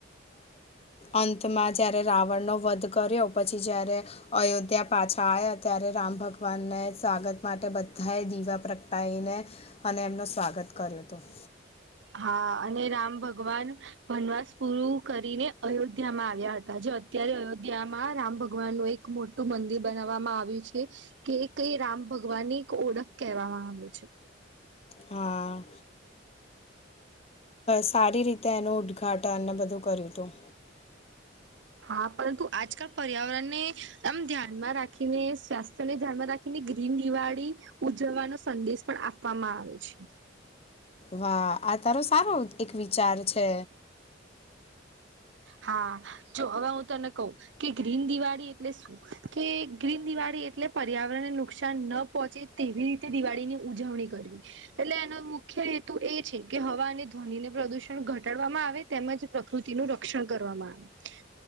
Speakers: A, on the left; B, on the right.
A: અંતમાં જ્યારે રાવણનો વધ કર્યો પછી જ્યારે અયોધ્યા પાછા આવ્યા ત્યારે રામ ભગવાનને સ્વાગત માટે બધાએ દીવા પ્રગટાઈીને અને એમનું સ્વાગત કર્યું હતું
B: હા અને રામ ભગવાન વનવાસ પૂરું કરીને અયોધ્યામાં આવ્યા હતા જે અત્યારે અયોધ્યામાં રામ ભગવાન નું એક મોટું મંદિર બનાવવામાં આવ્યું છે. કે કઈ રામ ભગવાન ની એક ઓળખ કહેવામાં આવે છે.
A: હા. સારી રીતે એનું ઉદ્દઘાટન બધું કર્યું હતું.
B: હા પરંતુ આજકાલ પર્યાવરણને આમ ધ્યાનમાં રાખીને સ્વાસ્થ્યને ધ્યાનમાં રાખીને ગ્રીન દિવાળી ઉજવવાનો સંદેશ પણ આપવામાં આવે છે.
A: વાહ આ તારો સારો એક વિચાર છે.
B: હા જો હવે હું તને કઉ કે ગ્રીન દિવાળી એટલે શું, કે ગ્રીન દિવાળી એટલે પર્યાવરણને નુકસાન ન પહોંચે તેવી રીતે દિવાળી ની ઉજવણી કરવી. એટલે એનો મુખ્ય હેતુ એ છે કે હવા અને ધ્વનિને પ્રદુષણ ઘટાડવામાં આવે તેમજ પ્રકૃતિ નો રક્ષણ કરવામાં આવે.